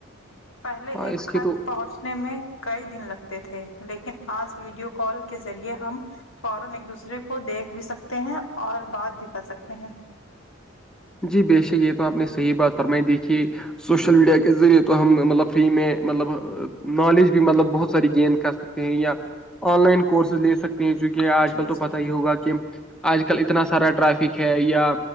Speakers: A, on the left; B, in the centre.
A: پہلے
B: ہاں
A: ایک
B: اس کے
A: خط
B: تو
A: پہنچ میں کئی دن لگتے تھے لیکن آج ویڈیو کال کے ذریعے ہم فوران ایک دوسرے کو دیکھ بھی سکتے ہیں اور بات بھی کرا سکتے ہیں
B: جی بےشک یہ تو آپ نے صحیح بات فرمائی دیکھی ہے سوشل میڈیا کے ذریعے تو ہم مطلب فری میں مطلب نالج بھی مطلب بہت ساری گین کر سکتے ہیں یا آن لائن کورسز لے سکتے ہیں چونکہ آج
A: جی
B: کل تو پتا
A: جی
B: ہی ہوگا کہ آج کل اتنا سارا ٹرافک ہے یا